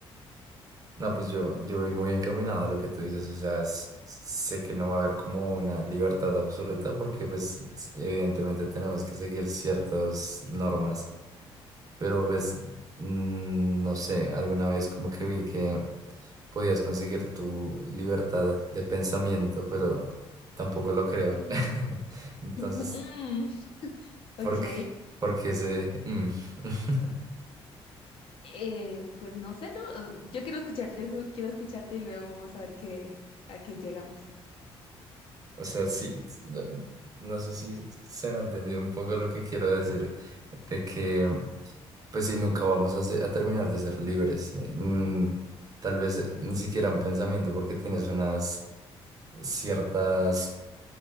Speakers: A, on the right; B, on the left.
A: No, pues yo, yo voy muy encaminado a lo que tú dices, o sea, s- sé que no va a haber como una libertad absoluta porque pues s- evidentemente tenemos que seguir ciertas normas, pero pues mm, no sé, alguna vez como que vi que podías conseguir tu libertad de pensamiento, pero tampoco lo creo.
B: Mm,
A: <laughs> Entonces,
B: mm, ok.
A: ¿por qué? Porque ese... mm. <laughs>
B: Eh, pues no sé, ¿no? Yo quiero escucharte, yo ju- quiero escucharte y luego vamos a ver qué, a qué llegamos.
A: O sea, sí, no, no sé si se me ha entendido un poco lo que quiero decir, de que, pues sí, nunca vamos a, se- a terminar de ser libres. eh, Mm, tal vez eh, ni siquiera un pensamiento, porque tienes unas ciertas